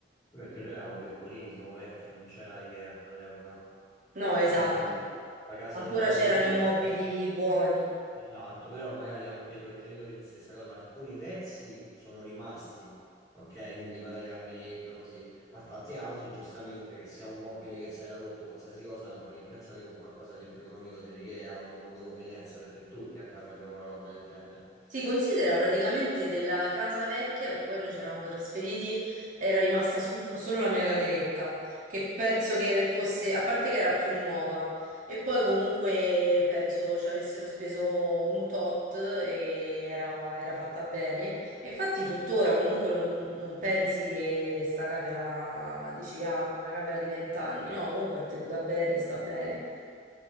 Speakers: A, on the left; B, on the right.
A: quello perché noi eravamo piccolini, siamo vecchi, non c'era IKEA all'epoca.
B: No, esatto.
A: Quindi ancora la casa
B: Ancora
A: dei nostri
B: c'erano
A: genitori,
B: i mobili
A: forse-
B: buoni.
A: esatto, però magari anche i tuoi genitori stessa cosa, alcuni pezzi sono rimasti, ok? Quindi magari la cameretta, così, ma tanti altri giustamente che sia un mobile che si era rotto, qualsiasi cosa, l'hanno rimpiazzati con qualcosa di più economico dell'IKEA o di Mondo Convenienza, perché tutti a casa abbiamo una roba del genere.
B: Si considera praticamente della casa vecchia, perché poi noi ci eravamo trasferiti, era rimasta sul- <laughs> solo la mia cameretta, che penso che fosse, a parte che era più nuova, e poi comunque penso ci avessero speso un tot e era, era fatta bene. E infatti tuttora comunque non, non pensi che sta camera, dici, ah, una camera di vent'anni, no, comunque è tenuta bene, sta bene.